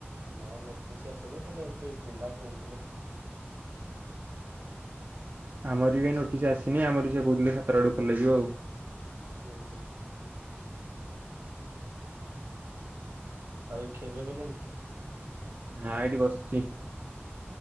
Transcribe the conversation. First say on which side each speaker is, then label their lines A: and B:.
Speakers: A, on the right; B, on the right.
A: ନା ନୋଟିସ୍ ଆସନି ଖାଲି ଏମିତି ପିଲା କହୁଥିଲେ।
B: ଆମର ବି ଏ ନୋଟିସ୍ ଆସିନି ଆମର ସେ କହୁଥିଲେ ସତର ଆଡୁ କଲେଜ ଯିବ ଆଉ।
A: ଉଁ ହୁଁ। ଆଉ ଏଇ ଖିଆପିଆ କଲଣି।
B: ନାଁ ଏଇଠି ବସିଛି।